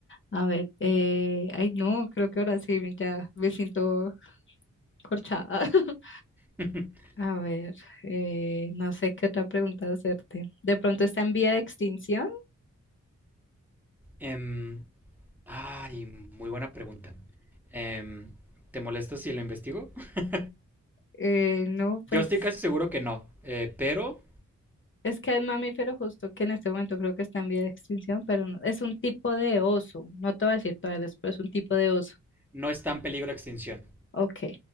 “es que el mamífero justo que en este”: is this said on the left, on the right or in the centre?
Left